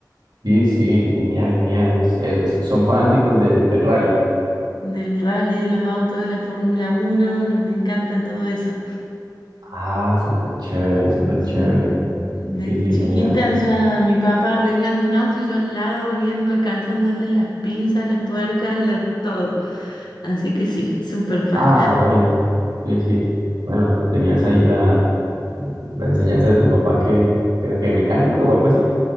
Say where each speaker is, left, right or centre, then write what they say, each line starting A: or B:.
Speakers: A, on the right; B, on the left.
A: Sí, sí, genial, genial. S- eh, son fanáticos del, del rally.
B: del rally de los autos de la Fórmula uno nos encanta todo eso.
A: Ah, súper chévere, súper
B: Sí.
A: chévere.
B: Desde
A: Sí, sí,
B: chiquita
A: sería.
B: ya mi papá arreglando un auto y yo al lado viendo, alcanzándole las pinzas, las tuercas, los- todo. Así que sí, súper fan.
A: Ah, bueno, sí, sí. Bueno, tenías ahí la La enseñanza de tu papá que que era que mecánico o algo así.